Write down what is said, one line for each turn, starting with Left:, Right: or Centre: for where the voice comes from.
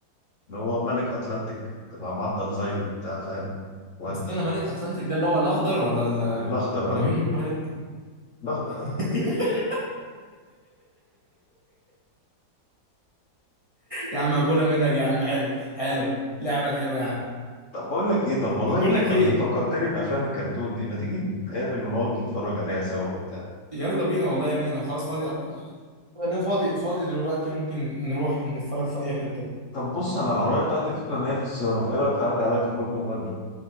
Left: اللي هو ملك اتلانتيك تبقى معضل زيه وبتاع فاهم ود
Right: استنى ملك اتلانتيك ده اللي هو الاخضر ولا ال...
Left: الاخضر
Right: ولا
Left: اه
Right: مين ملك
Left: الاخضر
Right: <laughs>
Left: آه.
Right: يا عم ابولا منك يا عم حلو حلو اللعبه الحلوه يا عم
Left: طب بقول لك ايه طب والله
Right: بقول
Left: فكرت
Right: لك ايه
Left: فكرتني بافلام الكرتون دي ما تيجي نتقابل ونقعد نتفرج عليها سوا
Right: يلا بينا والله يا ابني انا خلاص فاضي أصلاً. انا فاضي فاضي دلوقتي ممكن نروح نتفرج في اي حتة
Left: طب بص انا العربيه بتاعتي فكره ان هي في الصيانه فايه رايك تعدي عليا تاخدني وتودي